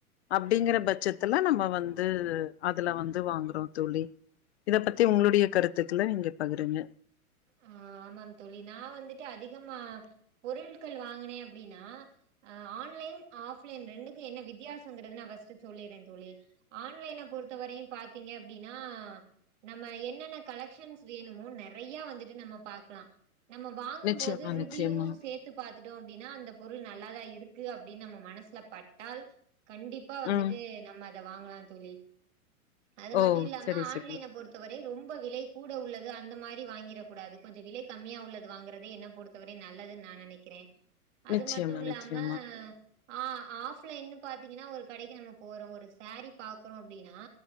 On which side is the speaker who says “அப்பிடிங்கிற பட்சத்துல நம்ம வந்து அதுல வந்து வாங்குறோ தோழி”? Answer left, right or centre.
Left